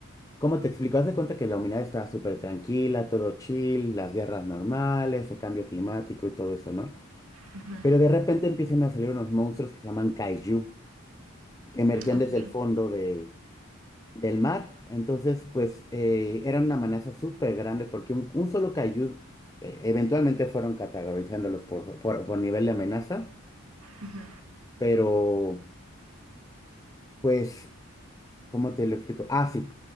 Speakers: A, on the left; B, on the right.
A: ¿cómo te explico? Haz de cuenta que la humanidad estaba súper tranquila, todo chill, las guerras normales, el cambio climático y todo eso, ¿no?
B: Ujú,
A: Pero de repente empiezan a salir unos monstruos que se llaman kaiju, que emergían
B: ok,
A: desde el fondo de, del mar. Entonces, pues, eh, era una amenaza súper grande porque un, un solo kaiju, eh, eventualmente fueron categorizándolos por, por, por nivel de amenaza,
B: ujú,
A: pero, pues, ¿cómo te lo explico? Ah, sí.